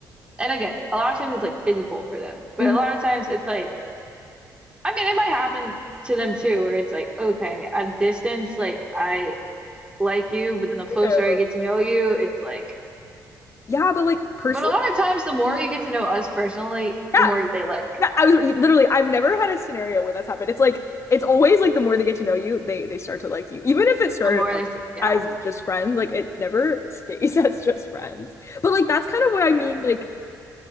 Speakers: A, on the right (about 15°); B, on the left (about 40°).
A: and again, a lot of times it's like physical for them. But
B: hmm
A: a lot of times it's like I mean, it might happen to them too, where it's like, okay, at a distance, like I like you, but then the closer
B: Uh,
A: I get to know you, it's like
B: <laughs> Yeah, but like personally,
A: But a lot of times, the more you get to know us personally,
B: yeah,
A: the more they like.
B: yeah. I was literally, I've never had a scenario where that's happened. It's like it's always like the more they get to know you, they they start to like you, even if it started
A: The more
B: out
A: they, say- yeah,
B: as just friends. Like it never stays <laughs> as just friends. But like that's kind of what I
A: yeah.
B: mean. Like